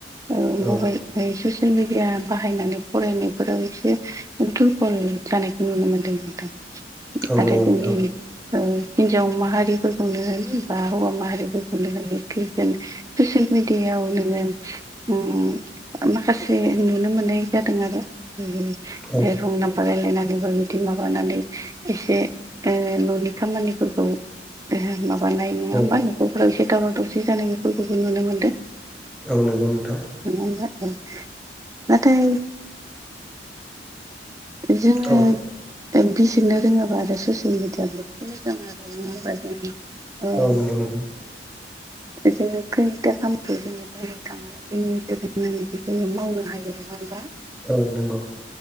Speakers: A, on the right; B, in the centre.
A: ओ मबाइल
B: औ
A: ओमफाय ससियेल मिडिया बाहायनानै फरायनायफोराव एसे दुरबल जानायखौ नुनो मोनदों नोंथां
B: औ
A: आरो
B: नंगौ
A: जोंनि
B: नोंथां
A: ओ हिन्जाव माहारिफोरखौनो होन बा हौवा माहारिफोरखौनो होन एखे जोंनि ससियेल मिेडियायाव नोङो ओम माखासे नुनो मोनै जादों आरो ओ
B: औ
A: रं नाम्बार रायलायनानै बा बिदि माबानानै एसे ओ न'नि खामानि फोरखौ ओहो माबानाय नङा
B: औ
A: होमबा न'खरफोराव एसे दावराव दावसि जानाय बेफोरखौबो नुनो मोनदों।
B: औ नंगौ नोंथां।
A: नगौ नोंथां ओं नाथाय जोङो
B: औ
A: बिसिरनो रोङोबा आरो ससियेल मिडियाखौ मोजां आरो <unintelligible> ओ
B: औ नंगौ नोंथां।
A: जोङो खैथा खामखौ जोङो बे नोंथाङाव <unintelligible> जोङो मावनो हायो नङा होमबा?
B: औ नंगौ।